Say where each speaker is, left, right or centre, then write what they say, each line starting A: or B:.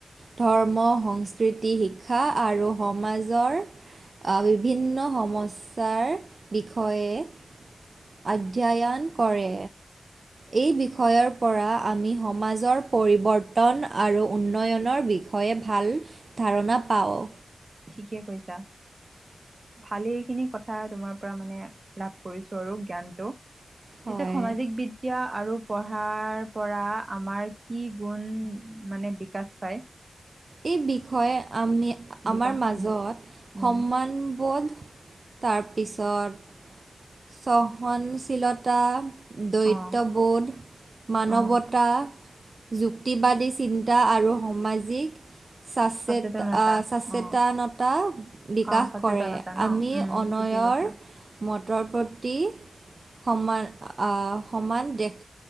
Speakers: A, on the right; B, on the right.
A: ধৰ্ম, সংস্কৃতি, শিক্ষা আৰু সমাজৰ আ, বিভিন্ন সমস্যাৰ বিষয়ে আধ্যায়ান কৰে। এই বিষয়ৰ পৰা, আমি সমাজৰ পৰিৱৰ্তন আৰু উন্নয়নৰ বিষ ষয়ে, ভাল ধাৰণা পাওঁ।
B: ঠিকে কৈছা, ভালেইখিনি কথা তোমাৰ পুৰা মানে, লাভ কৰিছোঁ আৰু জ্ঞানটো,
A: হয়
B: পিছে সমাজিক বিদ দ্যা আৰু পঢ়াৰ পৰা, আমাৰ কি গুণ, মানে বিকাশ পায়?
A: এই বিষয়ে, আমি
B: বিকাশ
A: আমাৰ মাজত
B: মানে উম
A: সন্মানবোধ তাৰপিছত সহনশীলতা দৈত্যবোধ,
B: অ
A: মানৱতা
B: অ
A: যুক্তিবাদী চিন্তা আৰু সমাজিক চাচেত,
B: সচেতনতা
A: আ, চাচেতানতা
B: অ
A: বিকাশ
B: অ সচেতনতা
A: কৰে।
B: ন
A: আমি
B: উম
A: অনয়ৰ
B: ঠিকে কৈছা
A: <unintelligible> পতি সমান, আ, সমান দেখ,